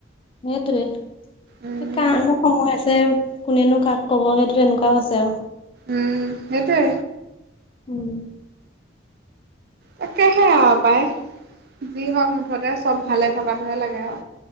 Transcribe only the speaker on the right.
উম
উম সেইটোৱে।
তাকেহে আৰু পায়, যি হওঁক মুঠতে চব ভালে থকাটোহে লাগে আও।